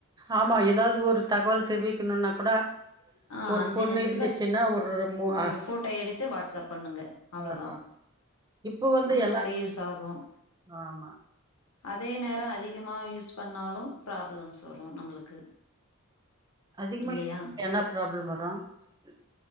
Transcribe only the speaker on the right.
ஆமா ஏதாவது ஒரு தகவல் தெரிவிக்குனுனா கூட
ஒரு
பொண்ணு
இருந்துச்சுன்னா ஒரு மூ
ஆமா இப்ப வந்து
எல்லா
ஆமா
அதிகமா
என்னா ப்ராப்ளம் வரும் அஹ்